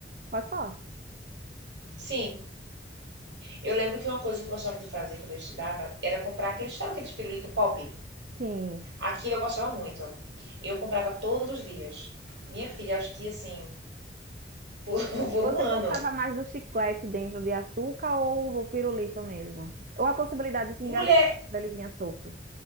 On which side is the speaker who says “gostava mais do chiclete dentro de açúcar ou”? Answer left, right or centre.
Right